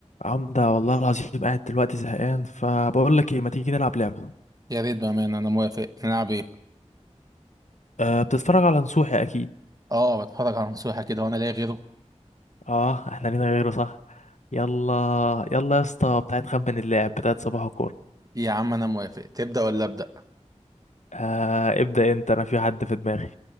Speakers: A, on the left; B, on the right.
A: عمدة والله العظيم قاعد دلوقتي زهقان فبقول لك ايه ما تيجي نلعب لعبة
B: يا ريت بأمانة أنا موافق نلعب إيه؟
A: أه بتتفرج على نصوحي اكيد
B: آه بتفرج على نصوحة كده وأنا لاقي غيره
A: اه احنا لينا غيره صح يلا يلا يا اسطى بتاعت خمن اللاعب بتاعت صباح كورة
B: يا عم أنا موافق تبدأ ولا أبدأ؟
A: أه ابدأ انت انا في حد في دماغي